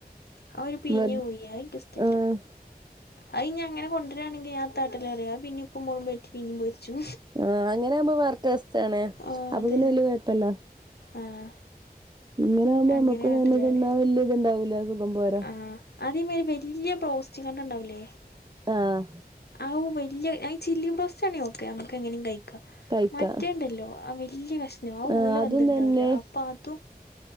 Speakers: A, on the left; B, on the right.
A: ആ ഒരു പിഞ്ഞ
B: വെർ
A: പോയി അയെനിക്ക് ഇഷ്ട്ടല്ല
B: ആഹ്
A: അത് ഇനി അങ്ങനെ കൊണ്ടര ആ താട്ടില അറിയാം പിന്ന ഇപ്പ മോളും മീൻ പൊരിച്ചു
B: ആഹ് അങ്ങനെ ആവുമ്പോ വേറെ ടേസ്റ്റ് ആണ്
A: ആഹ്
B: അപ്പൊ
A: അതന്നെ
B: പിന്നെ വലിയ കൊഴപ്പല്ല
A: ആഹ്
B: ഇങ്ങനെ ആകുമ്പോ
A: അങ്ങനെ
B: നമുക്ക്
A: കാട്ടലാറിയ
B: തന്നെ ഇത് വലിയ ഇത്ണ്ടാവില്ല സുഖം പോരാ
A: ആഹ് അതിമേ ഒരു വലിയ ബോസ്റ്റ് കണ്ട ഉണ്ടാവലേ
B: ആഹ്
A: ആവു വലിയ ചില്ലി ബ്രോസ്റ്റാണേ ഒക്കെ നമുക്ക് എങ്ങനെയും കഴി ക്ക
B: കഴിക്കാ
A: മറ്റേണ്ടല്ലോ ആ വലിയ കഷ ഞാവു
B: ആഹ്
A: ഉള്ള്
B: അതും
A: വെന്തുണ്ടാവില്ല
B: തന്നെ
A: അപ്പൊ അതും